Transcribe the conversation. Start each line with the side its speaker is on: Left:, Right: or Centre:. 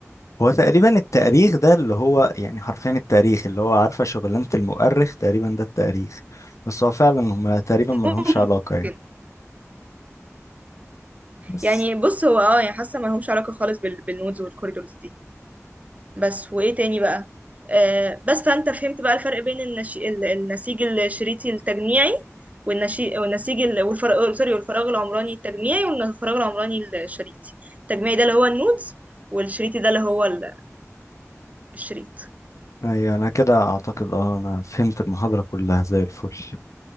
Left: هو تقريبا التأريخ ده اللي هو يعني حرفيا التاريخ اللي هو عارفة شغلانة المؤرخ تقريبا ده التاريخ بس هو فعلا هم تقريبا
Right: <laughs>
Left: ملهمش علاقة يعني بس
Right: يعني بص هو اه يعني حاسه ما لهمش علاقه خالص بال... بالنودز والكوريدورز دي بس وايه تاني بقى آه بس فانت فهمت بقى الفرق بين النش... ال- النسيج الشريطي التجميعي والنشي... والنسيج ال... والفراغ سوري والفراغ العمراني التجميعي والفراغ العمراني الشريطي التجميعي ده اللي هو النودز والشريطي ده اللي هو ال- الشريط
Left: ايوه انا كده اعتقد اه انا فهمت المحاضرة كلها زي الفل